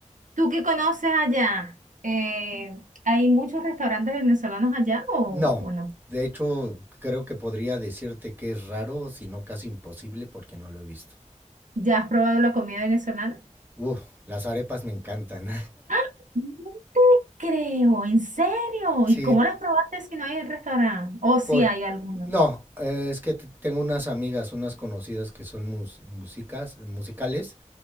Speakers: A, on the right; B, on the right.
A: ¿tú qué conoces allá? Eh, ¿hay muchos restaurantes venezolanos allá o,
B: No,
A: o no?
B: de hecho creo que podría decirte que es raro, si no casi imposible, porque no lo he visto.
A: ¿Ya has probado la comida venezolana?
B: Uf, las arepas me encantan.
A: ¡Ah! No te Creo, ¿en serio?
B: <laughs> Sí,
A: ¿Y cómo las probaste si no hay en restaurante? O si
B: Por,
A: hay alguno.
B: no, eh, es que t- tengo unas amigas, unas conocidas que son mus- músicas, musicales,